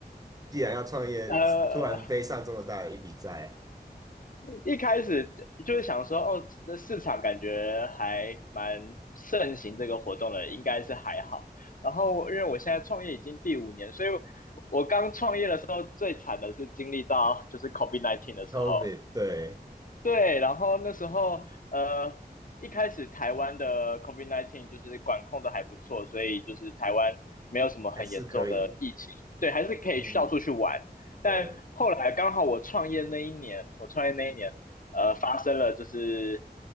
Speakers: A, on the right; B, on the left.
A: 既然要创业，
B: 呃，
A: 突然背上这么大的一笔债
B: 一开始就是想说，哦，这市场感觉还蛮盛行这个活动的，应该是还好。然后因为我现在创业已经第五年，所以我刚创业的时候最惨的是经历到就是 COVID-19 的时候，
A: ，COVID，对，
B: 对，然后那时候呃，一开始台湾的 COVID-19 就是管控的还不错，所以就是台湾没有什么很严重的疫情，
A: 还是可以，
B: 对，还是可以去到处去玩。
A: 嗯嗯，
B: 但后来刚好我创业那一年，
A: 对，
B: 我创业那一年，呃，发生了就是